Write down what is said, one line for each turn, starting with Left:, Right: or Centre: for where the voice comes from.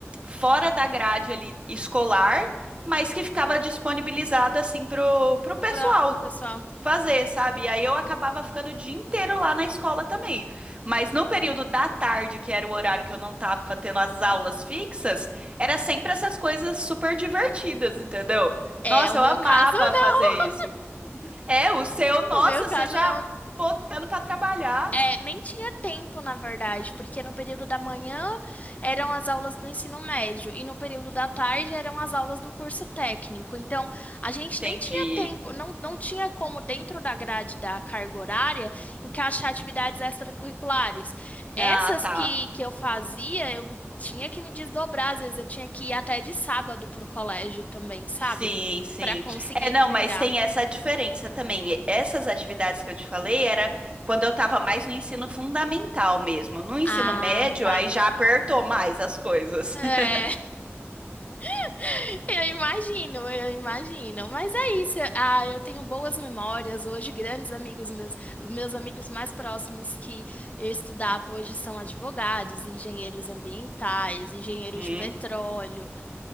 Right: fora da grade ali escolar, mas que ficava disponibilizada assim pro, pro pessoal
Left: Pro, pro pessoal.
Right: fazer, sabe? E aí eu acabava ficando o dia inteiro lá na escola também. Mas no período da tarde, que era o horário que eu não tava tendo as aulas fixas, era sempre essas coisas super divertidas, entendeu?
Left: É,
Right: Nossa,
Left: o meu
Right: eu amava
Left: caso não.
Right: fazer isso.
Left: <laughs>
Right: É, o seu, nossa,
Left: O meu caso
Right: você já
Left: não.
Right: botando pra trabalhar.
Left: É, nem tinha tempo, na verdade, porque no período da manhã eram as aulas do ensino médio e no período da tarde eram as aulas do curso técnico. Então, a gente
Right: Entendi.
Left: nem tinha tempo, não, não tinha como, dentro da grade da carga horária, encaixar atividades extracurriculares. Essas
Right: Ah, tá.
Left: que, que eu fazia, eu tinha que me desdobrar, às vezes eu tinha que ir até de sábado pro colégio também, sabe?
Right: Sim, sim.
Left: Para conseguir
Right: É, não,
Left: entregar.
Right: mas tem essa diferença também. E Essas atividades que eu te falei era quando eu estava mais no ensino fundamental mesmo. No ensino
Left: Ah,
Right: médio,
Left: tá.
Right: aí já apertou mais as coisas.
Left: É.
Right: <laughs>
Left: <laughs> Eu imagino, eu imagino. Mas é isso. Ah, eu tenho boas memórias hoje, grandes amigos meus, os meus amigos mais próximos que eu estudava hoje são advogados, engenheiros ambientais, engenheiros
Right: Hum,
Left: de petróleo.